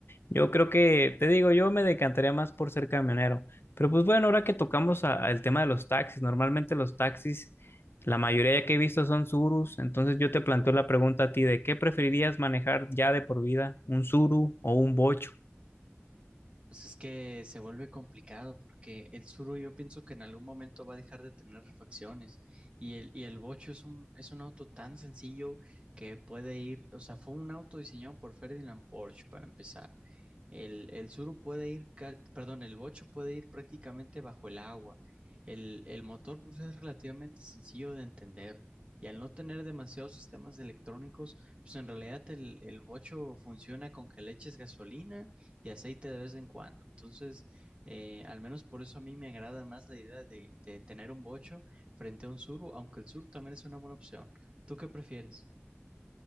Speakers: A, on the left; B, on the right.
A: Yo creo que, te digo, yo me decantaría más por ser camionero. Pero pues bueno, ahora que tocamos a- al tema de los taxis, normalmente los taxis la mayoría que he visto son Surus, entonces yo te planteo la pregunta a ti de qué preferirías manejar ya de por vida, un Suru o un Bocho.
B: Pues es que se vuelve complicado porque el Suro yo pienso que en algún momento va a dejar de tener refacciones y el, y el Bocho es un, es un auto tan sencillo que puede ir, o sea, fue un auto diseñado por Ferdinand Porsche para empezar. El, el Tsuru puede ir, ca- perdón, el Bocho puede ir prácticamente bajo el agua. El, el motor pues es relativamente sencillo de entender y al no tener demasiados sistemas electrónicos, pues en realidad el, el Bocho funciona con que le eches gasolina y aceite de vez en cuando. Entonces, eh, al menos por eso a mí me agrada más la idea de, de tener un bocho frente a un suro, aunque el suru también es una buena opción. ¿Tú qué prefieres?